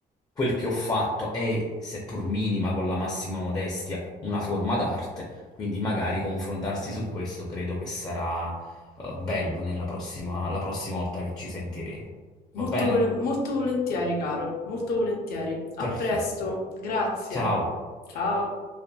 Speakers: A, on the left; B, on the left.
A: quel che ho fatto è, seppur minima, con la massima modestia, una forma d'arte quindi magari confrontarsi su questo credo che sarà eh, bello nella prossima, la prossima volta che ci sentiremo.
B: Molto,
A: Va bene?
B: vol- molto volentieri, caro, molto volentieri. A
A: Perfetto.
B: presto, grazie.
A: Ciao.
B: Ciao.